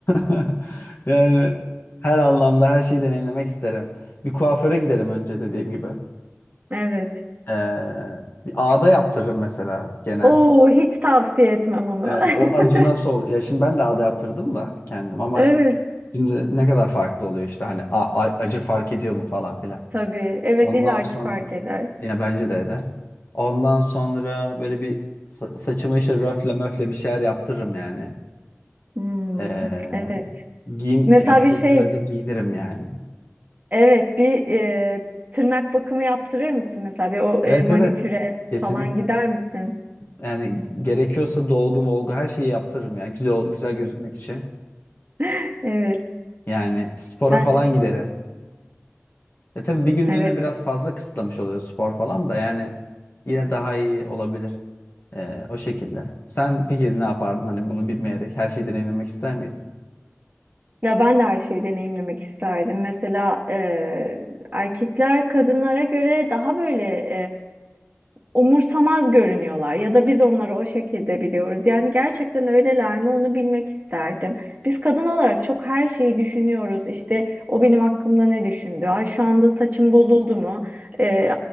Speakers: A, on the left; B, on the right.
A: <laughs> Yani her anlamda her şeyi deneyimlemek isterim. Bir kuaföre giderim önce dediğim gibi.
B: Evet.
A: Ee, bir ağda yaptırırım mesela genel.
B: Oo hiç tavsiye etmem onu.
A: E, o acı
B: <laughs>
A: nasıl ol? Ya şimdi ben de ağda yaptırdım da kendim ama
B: Evet
A: şimdi ne kadar farklı oluyor işte hani a- a- acı fark ediyor mu falan filan.
B: tabii. Evet
A: Ondan
B: illaki
A: sonra
B: fark eder.
A: ya bence de eder. Ondan sonra böyle bir sa- saçıma işte röfle möfle bir şeyler yaptırırım yani.
B: Hmm,
A: E,
B: evet.
A: giyim
B: Mesela
A: ya bir şey
B: bir şey.
A: güzelce giyinirim yani.
B: Evet bir e, tırnak bakımı yaptırır mısın mesela bir o
A: Evet
B: e, maniküre
A: evet. Kesinlikle.
B: falan gider misin?
A: Yani gerekiyorsa dolgu molgu her şeyi yaptırırım ya. Güzel güzel gözükmek için.
B: <laughs> Evet.
A: Yani spora
B: Yani
A: falan giderim. Ya tabii bir günlüğüne
B: evet.
A: biraz fazla kısıtlamış oluyor spor falan da yani yine daha iyi olabilir. Ee, o şekilde. Sen peki ne yapardın hani bunu bilmeyerek her şeyi deneyimlemek ister miydin?
B: Ya ben de her şeyi deneyimlemek isterdim. Mesela e, erkekler kadınlara göre daha böyle umursamaz görünüyorlar ya da biz onları o şekilde biliyoruz. Yani gerçekten öyleler mi onu bilmek isterdim. Biz kadın olarak çok her şeyi düşünüyoruz. İşte o benim hakkımda ne düşündü? Ay şu anda saçım bozuldu mu? Ee,